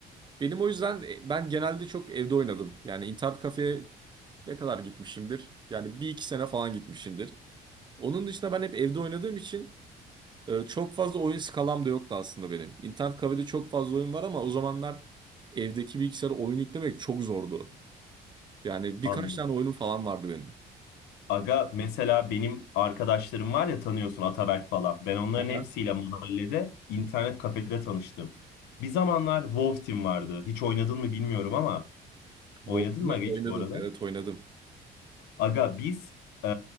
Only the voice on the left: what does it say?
Anladım.
Aga mesela benim arkadaşlarım var ya tanıyorsun Ataberk falan. Ben onların
hepsiyle mahallede internet kafede tanıştım. Bir zamanlar Wolf Team vardı. Hiç oynadın mı bilmiyorum ama
oynadın mı Aga
hiç bu arada?
Aga biz e,